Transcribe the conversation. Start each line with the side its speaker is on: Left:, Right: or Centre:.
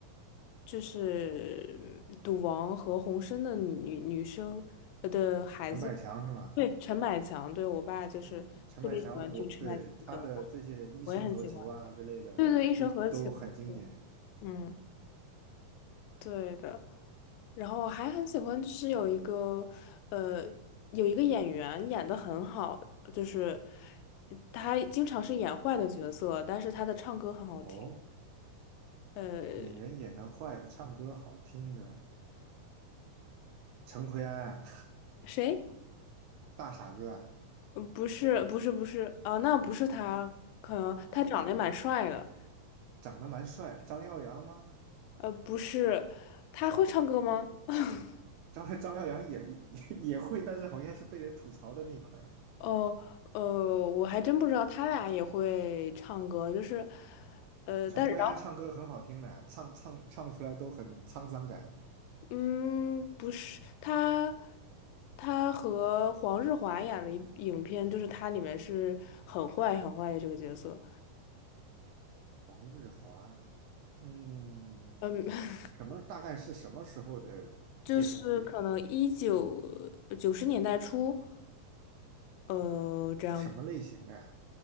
Left: 就是嗯赌王何鸿燊的女女生呃的孩子，
Right: 陈百强是吗？
Left: 对，陈百强，对我爸就是特别喜欢听陈百强的歌，
Right: 嗯，陈百强我，对他的这些《一生何求》啊之类的，
Left: 然后我也很喜欢，对对，一生何其何
Right: 这都很经典。
Left: 嗯。对的，然后还很喜欢，就是有一个，呃，有一个演员演的很好，就是他经常是演坏的角色，但是他的唱歌很好听。
Right: 哦，
Left: 呃，
Right: 演员演的坏的，唱歌好听的，陈奎安啊，
Left: 谁？
Right: <laughs> 大傻哥啊，
Left: 呃不是，不是，不是啊，那不是他，可能他长得也蛮帅的。
Right: 啊、长得蛮帅啊，张耀扬吗？
Left: 呃，不是，他会唱歌吗？<laughs>
Right: 张 <laughs> 张耀扬也也也会，但是好像是被人吐槽的那一块。
Left: 哦，呃，我还真不知道他俩也会唱歌，就是，呃，
Right: 陈奎安唱歌很好听的，
Left: 但。然
Right: 唱唱唱出来都很沧桑感。
Left: 嗯，不是，他他和黄日华演的一影片，就是他里面是很坏很坏的这个角色，
Right: 黄日华，嗯，
Left: 嗯，<laughs>
Right: 什么大概是什么时候的电视剧啊？
Left: 就是可能一九九十年代初，呃，这样
Right: 什么类型的呀？